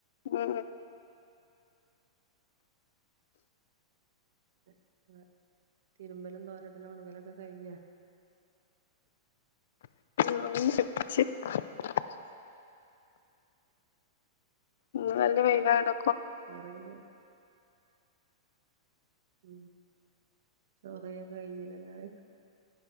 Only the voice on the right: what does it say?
ഹ് ഹ് തിരുമ്പലും തോരടലും ഒണുങ്ങലൊക്കെ കഴിഞ്ഞാ
ചോറയി ഉം ചോറയിക്കെ കഴിഞ്ഞില്ലല്ലാരും